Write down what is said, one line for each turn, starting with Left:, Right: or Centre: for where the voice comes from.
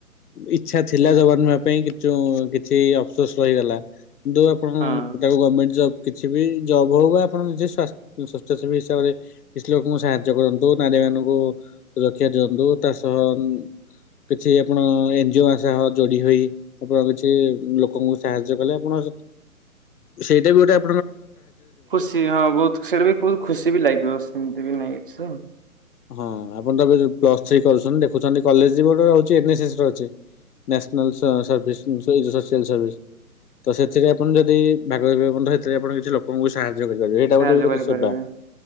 Left: ଇଚ୍ଛା ଥିଲା ଯବାନ ହେବା ପାଇଁ କିନ୍ତୁ କିଛି ଅପସୋସ ରହିଗଲା କିନ୍ତୁ ଆପଣ
Right: ହଁ।
Left: ତାକୁ ଗମେଣ୍ଟ ଜବ୍ କିଛି ବି ଜବ୍ ହଉ ବା ଆପଣ ନିଜେସ୍ ସ୍ୱ ସ୍ଵଚ୍ଛସେବୀ ହିସାବରେ କିଛି ଲୋକଙ୍କୁ ସାହାଯ୍ୟ କରନ୍ତୁ। ଯୋଉ ନାରୀ ମାନଙ୍କୁ ସୁରକ୍ଷା ଦିଅନ୍ତୁ ତା ସହ କିଛି ଆପଣ ଏନ ଜି ଓ ଙ୍କ ସହ ଯୋଡ଼ି ହୋଇ ଆପଣ କିଛି ଲୋକଙ୍କୁ ସାହାଯ୍ୟ କଲେ ଆପଣ ସେଇଟା ବି ଗୋଟେ ଆ
Right: ଖୁସି ହଁ ବହୁତ ସେଟା ବି ବହୁ ଖୁସି ବି ଲାଗିବ ସେମିତି ବି ନାଇଁ ଏକସ୍।
Left: ହଁ ଆପଣ ତ ଏବେ ଯୋଉ ପ୍ଲସ ଥ୍ରୀ କରୁଚନ୍ତି ଦେଖୁଚନ୍ତି କଲେଜ ରେ ବି ଗୋଟେ ରହୁଚି ଏନ୍ ଏସ ଏସ ର ଅଛି। National of service so social service. ତ ସେଥିରେ ଆପଣ ଯଦି ଭାଗ ହେବେ ବନ୍ଧ ହେଥିରେ ଆପଣ କିଛି ଲୋକ ଲୋକଙ୍କୁ ସାହାଯ୍ୟ କରିପାରିବେ ଏଇଟା
Right: ସାହାଯ୍ୟ
Left: ଗୋଟେ ବି ଗୋଟେ
Right: କରିପାରିବେ
Left: ସେବା।